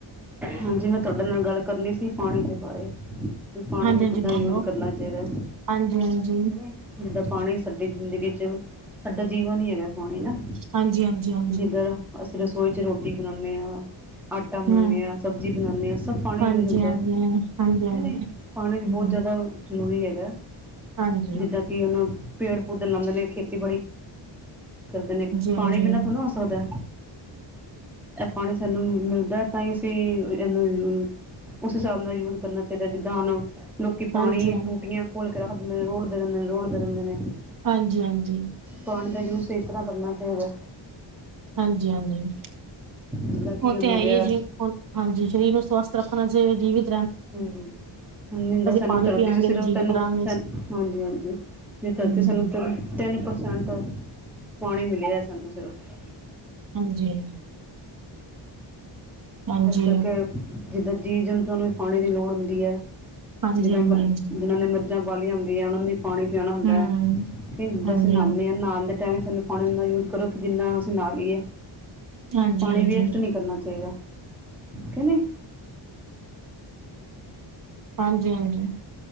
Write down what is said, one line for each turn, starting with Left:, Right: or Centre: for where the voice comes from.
Centre: ਹਾਂਜੀ ਮੈਂ ਤੁਹਾਡੇ ਨਾਲ ਗੱਲ ਕਰਨੀ ਸੀ ਪਾਣੀ ਦੇ ਬਾਰੇ ਵੀ ਪਾਣੀ
Right: ਹਾਂਜੀ
Centre: ਨੂੰ
Right: ਹਾਂਜੀ
Centre: ਕਿੱਦਾਂ ਯੂਜ
Right: ਬੋਲੋ
Centre: ਕਰਨਾ ਚਾਹੀਦਾ ਹੈ
Right: ਹਾਂਜੀ ਹਾਂਜੀ
Centre: ਨਾ ਜਿੱਦਾਂ ਪਾਣੀ ਸਾਡੀ ਜ਼ਿੰਦਗੀ ਚ ਸਾਡਾ ਜੀਵਨ ਹੀ ਹੈਗਾ ਪਾਣੀ ਨਾ
Right: ਹਾਂਜੀ ਹਾਂਜੀ ਹਾਂਜੀ
Centre: ਜਿੱਧਰ ਅਸੀਂ ਰਸੋਈ ਚ ਰੋਟੀ ਬਣਾਉਦੇ ਹਾਂ ਆਟਾ ਮਿਲਦੇ
Right: ਹਮ
Centre: ਹਾਂ ਸਬਜ਼ੀ ਬਣਾ ਉਂਦੇ ਹਾਂ ਸਭ ਪਾਣੀ
Right: ਹਾਂਜੀ
Centre: ਯੂਜ ਹੁੰਦਾ
Right: ਹਾਂਜੀ ਹਾਂਜੀ
Centre: ਕਹਿੰਦੇ
Right: ਹਾਂਜੀ
Centre: ਪਾਣੀ ਬਹੁਤ
Right: ਹਮ
Centre: ਜ਼ਿਆਦਾ ਜ਼ਰੂਰੀ ਹੈਗਾ
Right: ਹਾਂਜੀ
Centre: ਜਿੱਦਾਂ ਕਿ ਉਹਨੂੰ ਪੇੜ ਪੌਦੇੇ ਲਾਉਦੇ ਨੇ ਖੇਤੀਬੜੀ ਕਰਦੇ ਨੇ
Right: ਹਾਂਜੀ ਹਾਂਜੀ
Centre: ਪਾਣੀ ਪੀਣਾ
Right: ਹਾਂਜੀ
Centre: ਥੋੜ੍ਹਾ ਹੋ ਸਕਦਾ ਪਾਣੀ ਸਾਨੂੰ ਮਿਲਦਾ ਤਾਂ ਹੀ ਅਸੀਂ ਇਹਨੂੰ ਉਸ ਹਿਸਾਬ ਨਾਲ ਯੂਜ ਕਰਨਾ ਚਾਹੀਦਾ ਜਿੱਦਾਂ ਹੁਣ ਲੋਕੀ
Right: ਹਾਂਜੀ
Centre: ਪਾਣੀ
Right: ਹਾਂਜੀ
Centre: ਟੂਟੀਆਂ ਖੋਲ ਕੇ ਰੱਖ ਦਿੰਦੇ ਨੇ ਰੋਡ ਦੇ ਦਿੰਦੇ ਨੇ ਰੋਡ ਦੇ ਦਿੰਦੇ ਨੇ
Right: ਹਾਂਜੀ ਹਾਂਜੀ
Centre: ਪਾਣੀ ਦਾ ਯੂਜ ਸ ਇਸ ਤਰ੍ਹਾਂ ਕਰਨਾ ਚਾਹੀਦਾ
Right: ਹਾਂਜੀ ਹਾਂਜੀ
Centre: ਜਿੱਦਾਂ ਕਿ
Right: ਉਹ
Centre: ਹੁਣ
Right: ਤੇ
Centre: ਹੋ
Right: ਹੈ
Centre: ਗਿਆ
Right: ਹੀ ਹੈ ਜੀ ਹਾਂਜੀ ਸਰੀਰ ਨੂੰ ਸਵਸਥ ਰੱਖਣਾ ਚਾਹੀ ਜੀਵਤ
Centre: ਹ ਨਿੰਦਾ ਸਾਨੂੰ
Right: ਪਾਣੀ
Centre: ਤਰਤੀ
Right: ਪੀਆਂਗੇ
Centre: ਸੀ ਸਿਰਫ
Right: ਜੀਵਿਤ
Centre: ਤੈਨੂੰ
Right: ਰਹਾਂਗੇ
Centre: ਸ ਹਾਂਜੀ ਹਾਂਜੀ ਜ
Right: ਹਮ
Centre: ਧਰਤੀ ਸਾਨੂੰ ਤ ਤਿੰਨ ਪਰਸੈਂਟ ਪਾਣੀ ਮਿਲੀ ਹੈ ਸਾਨੂੰ ਸਿਰਫ
Right: ਹਾਂਜੀ ਹ ਹਾਂਜੀ
Centre: ਇਸ ਕਰਕੇ ਜਿੱਦਾਂ ਜੀਵ ਜੰਤੂਆਂ ਨੂੰ ਵੀ ਪਾਣੀ ਦੀ ਲੋੜ ਹੁੰਦੀ ਹੈ
Right: ਹਾਂਜੀ
Centre: ਜਿੱਦਾਂ
Right: ਹਾਂਜੀ ਹਾਂਜੀ
Centre: ਜਿਨਾਂ ਨੇ ਬੀ ਹਉੁੰਦੀ ਹੈ ਉਹਨਾਂ ਦੀ ਪਾਣੀ ਪਿਆਣਾ ਹੁੰਦਾ
Right: ਹਮ
Centre: ਹੈ ਕਿ ਜਿੱਦਾਂ
Right: ਹਾਂਜੀ
Centre: ਅਸੀਂ ਨਾਨਦੇ ਹਾਂ ਨਉਣ ਦੇ ਟਾਈਮ ਸਾਨੂੰ ਪਾਣੀਨਾ ਯੂਜ ਕਰੋ ਕਿ ਜਿੰਨਾ ਅਸੀਂ ਨਾ ਲਈਏ
Right: ਹਾਂਜੀ
Centre: ਪਾਣੀ
Right: ਹਾਂਜੀ ਹਾਂਜੀ
Centre: ਵੇਸਟ ਨਹੀਂੀ ਕਰਨਾ ਚਾਹੀਦਾ ੀ ਕ ਨਹੀਂ
Right: ਹਾਂਜੀ ਹਾਂਜੀ